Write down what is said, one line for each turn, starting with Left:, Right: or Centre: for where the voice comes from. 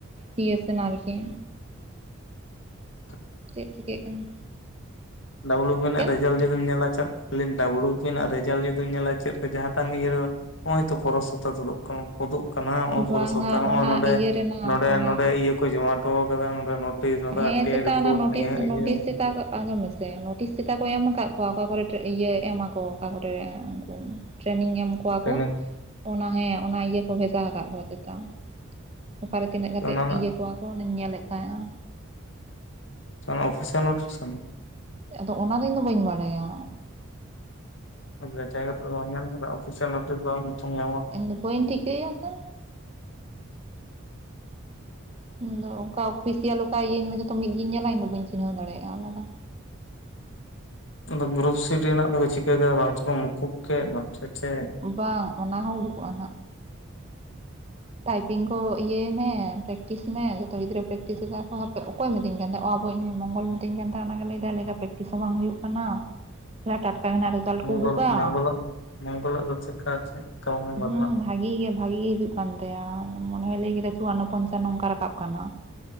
Right: ᱤᱭᱟᱹ ᱥᱮᱱ ᱟᱨᱠᱤ
Left: <inaudible>
Right: ᱪᱮᱫ ᱪᱤᱠᱟᱹᱜ ᱠᱟᱱᱟ?
Left: ᱰᱟᱵᱞᱩ ᱵᱤ ᱯᱤ ᱨᱮᱱᱟᱜ
Right: ᱪᱮᱫ
Left: ᱨᱮᱡᱟᱞᱴ ᱡᱩᱫᱤᱢ ᱧᱮᱞᱟ ᱪᱮᱫ <unintelligible> ᱰᱟᱵᱞᱩ ᱵᱤ ᱯᱤ ᱨᱮᱱᱟᱜ ᱨᱮᱡᱟᱞ ᱡᱩᱫᱤᱧ ᱧᱮᱞ-ᱟ ᱪᱮᱫ ᱛᱮ ᱡᱟᱦᱟᱸᱴᱟᱝ ᱜᱮ ᱤᱭᱟᱹ ᱨᱮ, ᱱᱚᱜ-ᱚᱭ ᱛᱚ ᱯᱚᱨᱮᱨᱥᱚᱯᱛᱟ ᱛᱳᱫᱳᱜ ᱠᱷᱚᱱ ᱛᱳᱫᱚᱜ ᱠᱟᱱᱟ ᱱᱚᱜ ᱯᱩᱨᱟᱹ
Right: ᱵᱟᱝᱟ
Left: ᱥᱚᱯᱛᱟ ᱱᱚᱜ-ᱚᱭ
Right: ᱚᱱᱟ
Left: ᱱᱚᱸᱰᱮ
Right: ᱤᱭᱟᱹ ᱨᱮᱱᱟᱜ
Left: ᱱᱚᱸᱰᱮ
Right: ᱚᱱᱟ
Left: ᱱᱚᱸᱰᱮ ᱤᱭᱟᱹ ᱠᱚ ᱡᱚᱢᱟ ᱴᱚ ᱟᱠᱟᱫᱟ ᱚᱸᱰᱮ ᱱᱳᱴᱤᱥ <unintelligible>
Right: ᱦᱮᱸ ᱪᱮᱛᱟ
Left: ᱨᱤᱯᱳᱨᱴ
Right: ᱚᱱᱟ ᱱᱳᱴᱤᱥ
Left: ᱱᱤᱭᱟᱹ
Right: ᱱᱳᱴᱤᱥ
Left: ᱤᱭᱟᱹ
Right: ᱪᱮᱛᱟ ᱟᱸᱡᱚᱢ ᱢᱮᱥᱮ ᱱᱳᱴᱤᱥ ᱪᱤᱠᱟ ᱠᱚ ᱮᱢ ᱟᱠᱟᱫ ᱠᱚᱣᱟ ᱚᱠᱟ ᱠᱚᱨᱮ ᱴᱨᱮ ᱤᱭᱟᱹ ᱮᱢ-ᱟᱠᱚ ᱚᱠᱟ ᱠᱚᱨᱮ ᱩᱱᱠᱩ ᱴᱨᱮᱱᱤᱝ ᱮᱢ ᱠᱳ ᱠᱚᱣᱟ
Left: ᱴᱨᱮᱱᱤᱝ
Right: ᱠᱳ ᱚᱱᱟ ᱦᱮᱸ ᱚᱱᱟ ᱤᱭᱟᱹ ᱠᱚ ᱵᱷᱮᱡᱟ ᱦᱟᱠᱟᱜ ᱠᱚᱣᱟ ᱡᱟᱛᱮ ᱚᱠᱟᱨᱮ ᱛᱤᱱᱟᱹᱜ ᱠᱟᱛᱮ
Left: ᱚᱱᱟ
Right: ᱤᱭᱟᱹ ᱠᱚᱣᱟ ᱠᱚ ᱚᱱᱟᱧ ᱧᱮᱞᱮᱫ ᱛᱟᱦᱮᱸᱜᱼᱟ
Left: ᱚᱱᱟ ᱚᱯᱷᱤᱥᱤᱣᱟᱞ ᱱᱳᱴᱤᱥ ᱠᱟᱱᱟ?
Right: ᱟᱫᱚ ᱚᱱᱟᱫᱚ ᱤᱧᱫᱚ ᱵᱟᱹᱧ ᱵᱟᱲᱟᱭᱟ᱾
Left: ᱡᱟᱪᱟᱭ ᱠᱟᱛᱮᱫ ᱫᱚ ᱵᱟᱢ ᱧᱮᱞ ᱟᱠᱟᱫᱟ ᱚᱯᱷᱤᱥᱤᱭᱟᱞ ᱱᱳᱴᱤᱥ ᱫᱚ ᱟᱢ ᱦᱚᱛᱚᱢ ᱧᱟᱢᱟ᱾
Right: ᱤᱧ ᱫᱚ ᱵᱟᱹᱧ ᱴᱷᱤᱠᱟᱹᱭᱟ ᱥᱮ? ᱤᱧᱫᱚ ᱚᱱᱠᱟ ᱚᱯᱷᱤᱥᱤᱭᱟᱞ ᱚᱠᱟ ᱤᱭᱟᱹ ᱤᱧ ᱢᱟ ᱡᱚᱛᱚ ᱢᱤᱫᱜᱤᱧ ᱧᱮᱞᱟ ᱤᱧ ᱫᱚ ᱵᱟᱹᱧ ᱪᱤᱱᱦᱟᱹᱣ ᱫᱟᱲᱮᱭᱟᱜ-ᱟ ᱚᱱᱟᱫᱚ?
Left: ᱚᱱᱟ ᱜᱨᱩᱯ ᱥᱤ-ᱰᱤ ᱨᱮᱱᱟᱜ ᱫᱚᱠᱚ ᱪᱤᱠᱟᱹ ᱠᱮᱫᱟ ᱵᱟᱝ ᱪᱚ ᱠᱚ ᱢᱩᱠᱩᱵ ᱠᱮᱫ ᱵᱟᱝ ᱪᱚ ᱪᱮᱫ?
Right: ᱵᱟᱝ ᱚᱱᱟ ᱦᱚᱸ ᱩᱰᱩᱠᱚᱜ-ᱟ ᱱᱟᱦᱟᱜ᱾ ᱴᱟᱭᱯᱤᱝ ᱠᱳ ᱤᱭᱟᱹᱭ ᱢᱮ ᱯᱨᱮᱠᱴᱤᱥ ᱢᱮ ᱡᱷᱚᱛᱚ ᱜᱤᱫᱽᱨᱟᱹ ᱯᱨᱮᱠᱴᱤᱥ ᱮᱫᱟ ᱠᱚ ᱦᱟᱯᱮ ᱚᱠᱚᱭ ᱢᱤᱛᱟᱹᱧ ᱠᱟᱱ ᱛᱟᱦᱮᱸ ᱚ ᱟᱵᱚ ᱤᱡ ᱢᱚᱝᱜᱚᱞ ᱢᱩᱨ ᱢᱤᱛᱟᱹᱧ ᱠᱟᱱ ᱛᱟᱦᱮᱸᱱ ᱚᱱᱟ ᱜᱮ ᱞᱟᱹᱭᱫᱟᱭ ᱞᱟᱹᱭᱫᱟᱭ ᱯᱨᱮᱠᱴᱤᱥ ᱦᱚᱸ ᱵᱟᱝ ᱦᱩᱭᱩᱜ ᱠᱟᱱᱟ ᱴᱟᱴᱠᱟ ᱜᱮ ᱱᱟᱦᱟᱜ ᱨᱮᱡ ᱨᱮᱡᱟᱞ
Left: ᱢᱚᱝᱜᱚᱞ
Right: ᱠᱳ ᱩᱰᱩᱠ-ᱟ
Left: ᱢᱚᱝᱜᱚᱞᱟᱜ ᱢᱚᱝᱜᱚᱞᱟᱜ ᱫᱚ ᱪᱮᱫᱠᱟ ᱪᱮᱫ ᱠᱟᱣᱱᱟ ᱵᱟᱱᱩᱜ
Right: ᱦᱩᱸ ᱵᱷᱟᱜᱤ ᱜᱮ ᱵᱷᱟᱜᱤ ᱜᱮ ᱦᱤᱡᱩᱜ ᱠᱟᱱ ᱛᱟᱭᱟ ᱢᱚᱱᱮ ᱞᱟᱹᱭ ᱠᱮᱫᱟ ᱪᱩᱣᱟᱱᱱᱚ, ᱯᱚᱸᱧᱪᱟᱱᱱᱚ ᱚᱝᱠᱟ ᱨᱟᱠᱟᱵ ᱠᱟᱱᱟ᱾